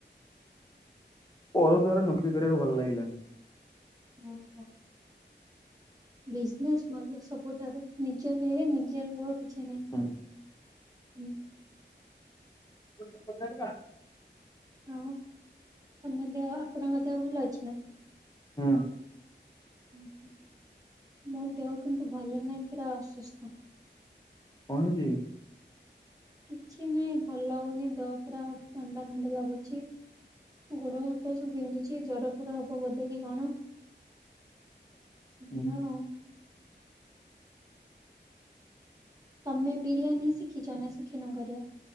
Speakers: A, on the left; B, on the right.
A: ପର ଦୁଆରେ ନୋକରି କରିବାକୁ ଭଲ ଲାଗିଲାନି।
B: ଓହୋ। ବିଜନେସ ଭଲ ସବୁଠାରୁ ନିଜ <unintelligible> ନିଜ କିଛି ନାହିଁ
A: ହୁଁ।
B: ହୁଁ।
A: <unintelligible> ପଦିବା
B: ଆଉ ତମ ଦେହ, ଆପଣଙ୍କ ଦେହ ଭଲ ଅଛି ନା?
A: ହୁଁ।
B: ହୁଁ ହୁଁ। ମୋ ଦେହ କିନ୍ତୁ ଭଲ ନାହିଁ ପୁରା ଅସୁସ୍ଥ
A: କଣ ହେଉଛି?
B: କିଛି ନହିଁ ଭଲ ହଉନି ଦେହ ପରା ମାନ୍ଦା ମନ୍ଦା ଲାଗୁଛି। ଗୋଡ ହାତ ସବୁ ବିନ୍ଧୁଛି ଜର ଫର ହବ ବୋଧେ କି କଣ? ଏଇଆ
A: ହୁଁ ହୁଁ।
B: ଆଉ। ତମେ ବିରିୟାନୀ ଶିଖିଛ ନା ଶିଖିନ କରିଆ?